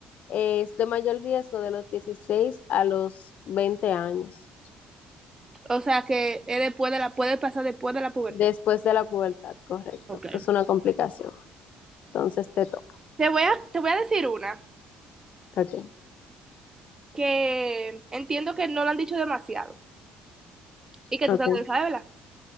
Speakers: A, on the left; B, on the right.
A: es de mayor riesgo de los 16 a los 20 años,
B: O sea que es después de la, puede pasar después de la pubertad.
A: después de la pubertad, correcto.
B: Ok.
A: Es una complicación. Entonces te toca.
B: Te voy a, te voy a decir una
A: Ok,
B: que entiendo que no la han dicho demasiado y que
A: ok,
B: tú te la sabes, ¿verdad?